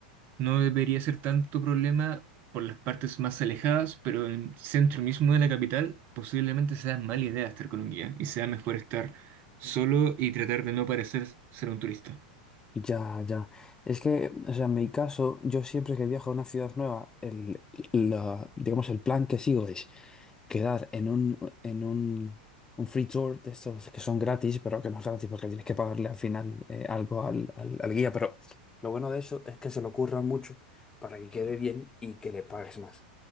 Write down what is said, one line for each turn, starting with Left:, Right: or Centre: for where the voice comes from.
Right: no debería ser tanto problema por las partes más alejadas, pero en el centro mismo de la capital posiblemente sea mala idea estar con un guía y sea mejor estar solo y tratar de no parecer ser un turista.
Left: Ya, ya. Es que, o sea, en mi caso, yo siempre que viajo a una ciudad nueva, el, la- digamos, el plan que sigo es quedar en un, en un, un free tour de estos que son gratis, pero que no es gratis porque tienes que pagarle al final eh, algo al, al- al guía. Pero lo bueno de eso es que se lo curran mucho para que quede bien y que le pagues más.